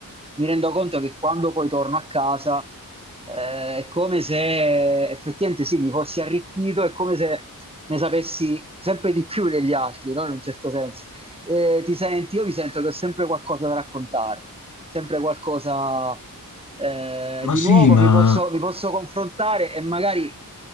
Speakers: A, on the right; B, on the left.
A: mi rendo conto che quando poi torno a casa eh, è come se effettivamente sì, mi fossi arricchito, è come se ne sapessi sempre di più degli altri, no? In un certo senso. Eh, ti senti, io mi sento che ho sempre qualcosa da raccontare, sempre qualcosa eh,
B: Ma
A: di
B: sì,
A: nuovo
B: ma...
A: mi posso, mi posso confrontare e magari